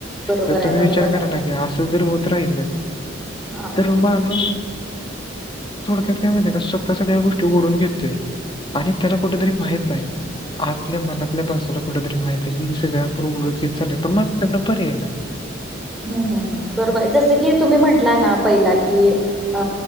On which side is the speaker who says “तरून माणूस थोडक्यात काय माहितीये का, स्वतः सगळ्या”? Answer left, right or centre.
Left